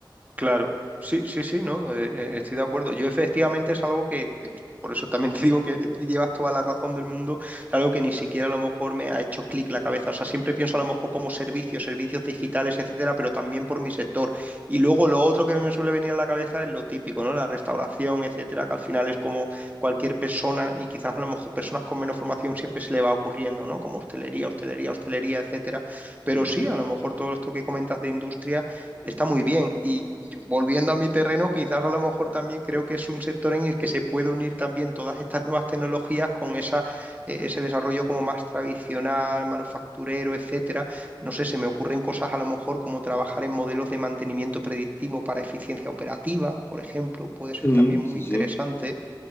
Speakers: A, on the right (about 20°); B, on the left (about 30°).
A: Claro, sí, sí, sí, no, eh, eh, estoy de acuerdo. Yo efectivamente es algo que, eh, por eso también te digo que <laughs> eh, llevas toda la razón del mundo, es algo que ni siquiera a lo mejor me ha hecho clic la cabeza. O sea, siempre pienso a lo mejor como servicios, servicios digitales, etcétera, pero también por mi sector. Y luego lo otro que me suele venir a la cabeza es lo típico, ¿no? La restauración, etcétera, que al final es como cualquier persona y quizás a lo mejor personas con menos formación siempre se le va ocurriendo, ¿no? Como hostelería, hostelería, hostelería, etcétera. Pero
B: Sí,
A: sí, a lo mejor todo esto que comentas de industria. Está muy bien. Y volviendo a mi terreno, quizás a lo mejor también creo que es un sector en el que se puede unir también todas estas nuevas tecnologías con esa, eh, ese desarrollo como más tradicional, manufacturero, etcétera. No sé, se me ocurren cosas a lo mejor como trabajar en modelos de mantenimiento predictivo para eficiencia operativa, por ejemplo, puede
B: Sí,
A: ser también muy
B: sí,
A: interesante.
B: sí.